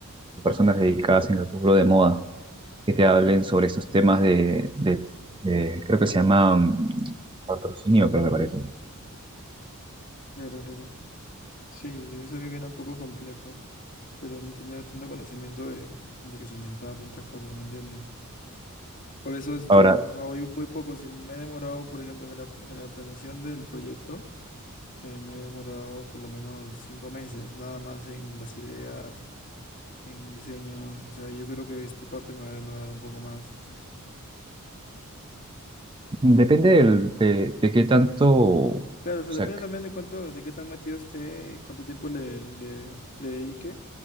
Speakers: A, on the right; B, on the left.
A: de personas dedicadas en el rubro de moda que te hablen sobre estos temas de, de- de- creo que se llama mm, patrocinio, creo que me parece.
B: Claro, claro, sí, yo sabía que era un poco complejo, pero no tenía tanto conocimiento de, de que se necesitaban tantas cosas, ¿me entiendes? Por eso, este,
A: Ahora,
B: voy, voy poco, si me he demorado, por ejemplo, en la, en la planeación del proyecto, Eh, me he demorado por lo menos cinco meses, nada más en las ideas, en diseños. O sea, yo creo que esta parte me va a demorar un poco más.
A: depende del- de, de qué tanto, o
B: Claro, o sea,
A: sea,
B: depende también de cuánto, de qué tan metido esté, cuánto tiempo le, le, le dedique.